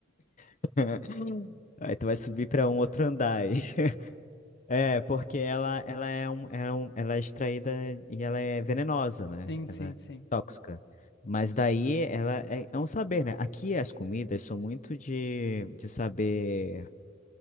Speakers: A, on the left; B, on the left.
A: <laughs> Aí tu vai subir pra um outro andar aí. É, porque ela, ela é um, é um- ela é extraída e ela é venenosa, né?
B: Sim,
A: Ela
B: sim,
A: é
B: sim.
A: tóxica. Mas daí ela é, é um saber, né? Aqui as comidas são muito de, de saber